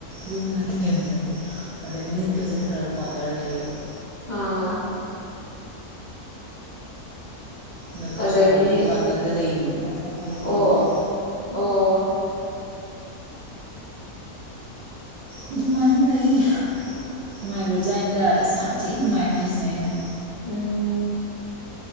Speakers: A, on the right; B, on the left.
A: ꯌꯨꯝꯅ ꯊꯦꯝ ꯅꯠꯇꯦ ꯑꯗꯩ ꯃꯅꯤꯡꯒ ꯆꯠꯊꯔꯒ ꯀ꯭ꯋꯥꯇꯔ ꯂꯩꯌꯦꯕ
B: ꯑꯥ
A: ꯗ ꯑꯩꯈꯣꯏ
B: ꯑꯗꯒꯤ
A: ꯁꯥꯏ ꯍꯣꯏꯖꯨ ꯀ꯭ꯋꯥꯇꯗ ꯂꯩꯅꯦꯕ ꯃꯥ ꯊꯕꯛ
B: ꯑꯣ
A: ꯇꯧꯕꯗꯣ
B: ꯑꯣ ꯑꯣ
A: ꯑꯗꯨꯃꯥꯏꯅ ꯂꯩ ꯅꯨꯡꯉꯥꯏꯒ꯭ꯔꯥꯕꯖꯥꯠꯅꯤꯗ ꯌꯥꯝ ꯊꯤꯅ ꯅꯨꯡꯉꯥꯏ ꯍꯥꯏꯔꯤꯖꯤꯅꯦ ꯑꯩꯅ
B: ꯎꯝ